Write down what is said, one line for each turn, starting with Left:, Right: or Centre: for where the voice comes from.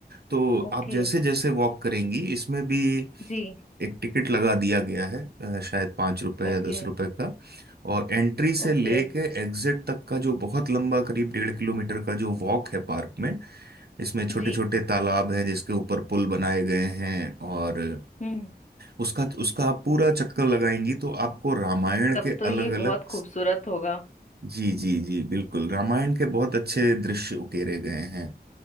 Right: तो
Left: ओके
Right: आप जैसे जैसे वॉक करेंगी इसमें भी
Left: जी
Right: एक टिकट लगा दिया गया है अ, शायद पाँच रुपए या
Left: ओके
Right: दस रुपए का और एंट्री से
Left: ओके
Right: लेके एग्जिट तक का जो बहुत लंबा करीब डेढ़ किलोमीटर का जो वॉक है पार्क में इसमें छोटे
Left: जी
Right: छोटे तालाब हैं जिसके ऊपर पुल बनाए गए हैं और
Left: हम्म
Right: उसका उसका आप पूरा चक्कर लगाएंगी तो आपको रामायण
Left: तब
Right: के
Left: तो ये
Right: अलग अलग
Left: बहुत खूबसूरत होगा
Right: जी जी जी बिल्कुल रामायण के बहुत अच्छे दृश्य उकेरे गए हैं